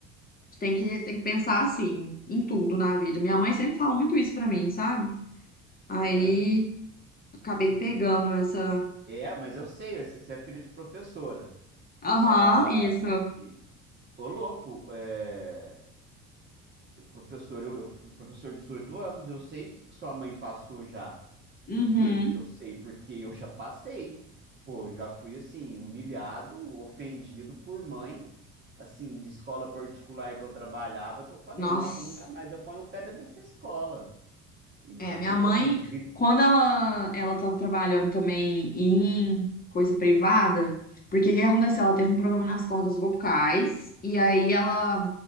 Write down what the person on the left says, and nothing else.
Tem que, tem que pensar assim, em tudo na vida. Minha mãe sempre fala muito isso pra mim, sabe? Aí
acabei pegando essa.
Aham,
isso.
Uhum.
Nossa.
É, minha mãe,
quando ela ela estava trabalhando também em coisa privada, porque o que aconteceu? Ela teve um problema nas cordas vocais, e aí ela